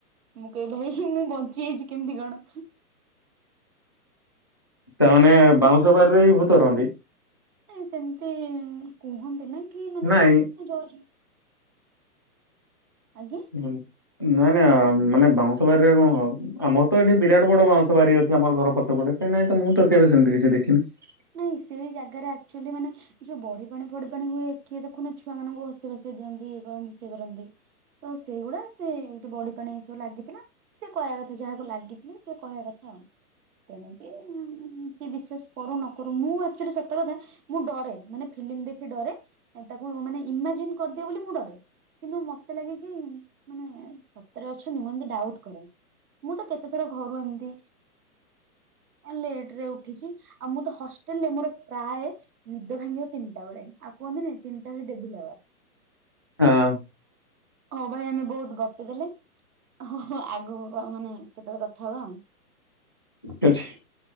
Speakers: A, on the right; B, on the left.
A: ମୁଁ କହିବି ଭାଇ ମୁଁ ବଞ୍ଚି ଯାଇଛି କେମିତି କଣ?
B: ସେମାନେ ବାଉଁଶବାରରେ ବି ଭୂତ ହନ୍ତି?
A: ଏ ସେମିତି କୁହନ୍ତି ନା କି ମାନେ
B: ନାଇଁ
A: ଯୋଉ ଆଜ୍ଞା।
B: ହୁଁ, ନାଇଁ ନା ମାନେ ବାଉଁଶ ବାରିରେ କଣ ହ ଆମର ତ ଏଠି ବିରାଟ ବଡ ବାଉଁଶ ବାରି ଅଛି ଆମର ଘର ପଛ ପଟେ ନାଇଁ ତ ମୁଁ ତ କେବେ ସେମିତି କିଛି ଦେଖିନି
A: ନାଇଁ ସେଇ ଜାଗାରେ ଆକ୍ଚୁଆଲି ମାନେ ଯୋଉ ବଢି ପାଣି ପଡି ପାଣି ହୁଏ କିଏ ଦେଖୁନ ଛୁଆ ମାନଙ୍କୁ ହସିବା ବାସିବ ଦିଅନ୍ତି ଇଏ କରନ୍ତି ସେ କରନ୍ତି ତ ସେଇଗୁଡା ସେ ଏଇଠୁ ବଡି ପାଣି ଏଇ ସବୁ ଲାଗିଥିଲା ସେ କହିବା କଥା ଯାହାକୁ ଲାଗିି ସେ କହିବା କଥା ତେଣିକି କି ବିଶ୍ୱାଷ କରୁନ। ମୁଁ ଆକଚୁଅଲି ସତ କଥା ମୁଁ ଡରେ ମାନେ ଫିଲିମ ଦେଖି ଡରେ ତାକୁ ମାନେ ଇମାଜିନ କ ବୋଲି ମୁଁ ଡରେ କିନ୍ତୁ ମତେ ଲାଗେ କି ମାନେ ସତରେ ଅଛନ୍ତି ମୁଁ ଏମିତି ଡାଉଟ କରେ ମୁଁ ତ କେତେଥର ଘରୁ ଏମତି ଲେଟ ରେ ଉଠିଛି ଆଉ ମୁଁ ତ ହଷ୍ଟେଲ ରେ ମୋର ପ୍ରାୟ ନିଦ ଭାଙ୍ଗିବ ତିନିଟା ବେଳେ ଆଉ କୁହନ୍ତିନି ତିନିଟା ବେଳେ ଡବିଲ
B: ହଁ।
A: ହଁ ଭାଇ ଆମେ ବହୁତ ଗପି ଦେଲେ ହ ଆଗ ମାନେ କେତେବେଳେ କଥା ହବା ଆଉ।
B: ଠିକ ଅଛି।